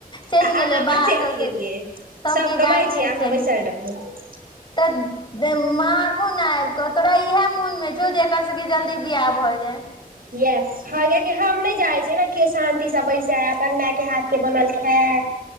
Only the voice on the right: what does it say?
आ
अहाँ
बच्चे रहि
गेलियै
सब कमाइ
छी
<unintelligible>
यस हँ कियाकि हम नै चाहै छियै ने कियो शान्ति से बैसे है अपन मेय के हाथ के बनल खेए।